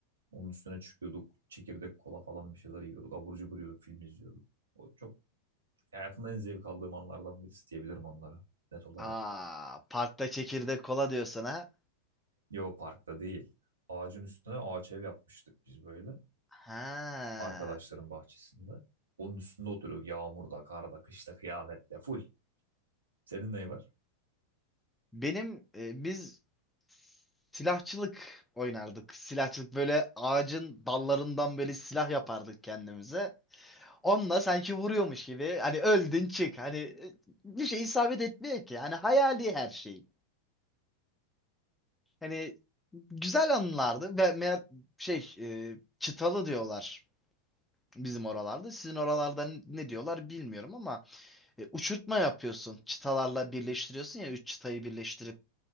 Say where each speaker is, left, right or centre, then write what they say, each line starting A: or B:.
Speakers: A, on the right; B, in the centre.
A: Onun üstüne çıkıyorduk. Çekirdek kola falan bir şeyler yiyorduk. Abur cubur yiyorduk. Film izliyorduk. O çok hayatımda en zevk aldığım anlardan birisi diyebilirim onlara. Net olarak.
B: Aa, parkta çekirdek kola diyorsun ha.
A: Yo parkta değil. Ağacın üstüne ağaç ev yapmıştık biz böyle.
B: Ha.
A: Arkadaşların bahçesinde. Onun üstünde oturuyoruz. Yağmurda, karda, kışta, kıyamette full. Senin neyi var?
B: Benim e, biz silahçılık oynardık. Silahçılık böyle ağacın dallarından böyle silah yapardık kendimize. Onunla sanki vuruyormuş gibi hani öldün çık hani e, bir şey isabet etmiyor ki. Hani hayali her şey. Hani güzel anılardı. Ve me şey e, çıtalı diyorlar bizim oralarda. Sizin oralarda ne diyorlar bilmiyorum ama e, uçurtma yapıyorsun. Çıtalarla birleştiriyorsun ya üç çıtayı birleştirip.